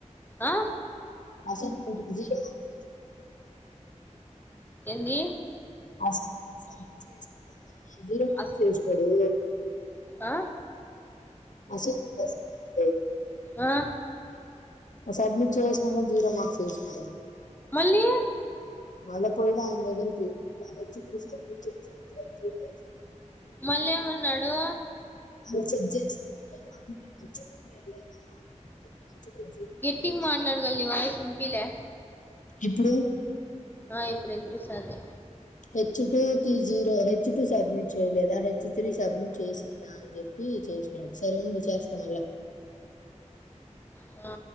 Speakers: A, on the left; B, on the left.
A: ఆ.
B: అసైన్ మెంట్, కీ జీరో మార్క్స్ ఏసింది నాకు.
A: ఏందీ.
B: అసైన్మెంట్ సబ్మిట్ చేసినవని, జీరో మార్క్స్
A: అస్
B: ఎసినాడు.
A: ఆ
B: అసైన్మెంట్, అసైన్మెంటు.
A: ఆ.
B: ఆ సబ్మిట్ చేసిన గని, జీరో మార్క్స్ ఎసినాడెమో.
A: లీ.
B: మళ్ళా పోయినా ఆయన దగ్గరికి, ఇట్లా హెచ్ <unintelligible> సబ్మిట్ చేసినాన్ సార్ జీరో ఎసారు.
A: మల్లేమన్నాడు.
B: మళ్ళ చెక్ జేసుకొని, మళ్ళీ హెచ్చుటూ వెయలేదా అని చెప్పి మళ్ళీ. హెచ్ టూ జీరో
A: గెట్టిగా
B: పెట్టి నాకు
A: మాట్లాడు గల్లి వాయిస్ ఇన్ పీలే
B: ఇప్పుడు
A: ఆ ఇప్పుడు వినిపిస్తంది
B: హెచ్ టూ కి జీరో హెచ్ టూ సబ్మిట్ చేయలేదా హెచ్ త్రీ సబ్మిట్ చేసిందా అని చెప్పి చేసినాడు సరే ఉండు చేస్తామల్లా
A: ఆ